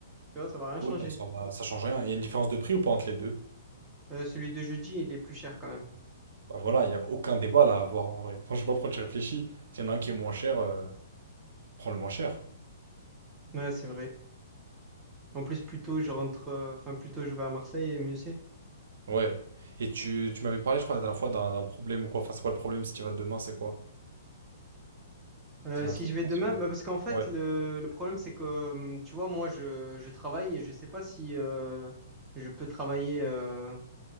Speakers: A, on the right (about 15°); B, on the right (about 70°).
A: Tu vois, ça va rien
B: Ouais,
A: changer.
B: bah, ça, va- ça change rien. Il y a une différence de prix ou pas entre les deux?
A: Euh, celui de jeudi, il est plus cher quand même.
B: Bah voilà, il n'y a aucun débat là à avoir en vrai. Enfin, je sais pas pourquoi tu réfléchis. S'il y en a un qui est moins cher, euh, prends le moins cher.
A: Ouais, c'est vrai. En plus, plus tôt, je rentre, euh, enfin, plus tôt, je vais à Marseille, et mieux c'est.
B: Ouais. Et tu, tu m'avais parlé, je crois, la dernière fois d'un d'un problème ou quoi. Enfin, c'est quoi le problème si tu vas demain, c'est quoi?
A: Euh,
B: T'y
A: si
B: a un truc,
A: je vais
B: non?
A: demain,
B: sur-
A: bah parce qu'en fait,
B: Ouais.
A: le, le problème, c'est que, euh, tu vois, moi, je, je travaille et je sais pas si euh, je peux travailler. euh,